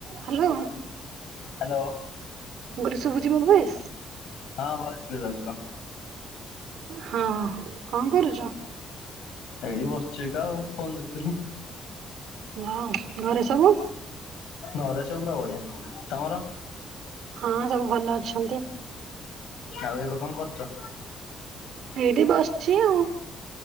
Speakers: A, on the right; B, on the left.
A: ହ୍ୟାଲୋ ମୁଁ
B: ହ୍ୟାଲୋ
A: କହିଲି ଶୁଭୁଜି ମୋ ଭଏସ୍?
B: ହଁ ଭଏସ କ୍ଲିୟର ଆସୁଚି କହ?
A: ହଁ କଣ କରୁଛ?
B: ଏଇଠି ବସିଛି ତ ଆଉ ଫୋନ ଦେଖୁଥିଲି।
A: ହଁ ଘରେ ସବୁ?
B: ଘରେ ସବୁ ପୁରା ବଢିଆ। ତମର?
A: ହଁ ସବୁ ଭଲ ଅଛନ୍ତି।
B: ଆଉ ଏବେ କଣ କରୁଛ?
A: ଏଇଠି ବସିଛି ଆଉ।